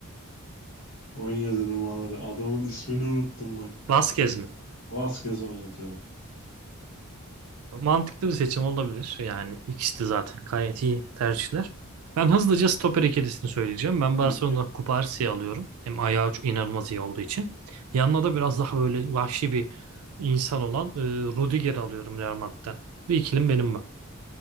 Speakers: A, on the left; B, on the right.
A: 17 numaraları adamın ismini unuttum bak.
B: Vasquez mi?
A: Vasquez oynatıyorum.
B: Mantıklı bir seçim olabilir. Yani ikisi de zaten gayet iyi tercihler. Ben hızlıca stoper ikilisini söyleyeceğim. Ben
A: Tabii
B: Barcelona'dan
A: ki.
B: Cubarsi'yi alıyorum. Hem ayağı çok inanılmaz iyi olduğu için. Yanına da biraz daha böyle vahşi bir insan olan e, Rudiger'i alıyorum Real Madrid'den. Bu ikilim benim mi?